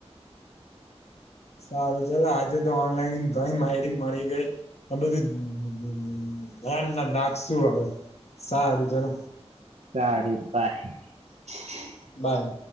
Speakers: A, on the left; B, on the right.
A: સારું ચાલ આજે તો ઓનલાઈન ઘણી માહી મળી ગઈ, બધુંન ના રાખ શું હવે સારું ચાલ.
B: સારું બાય <inaudible>
A: બાય.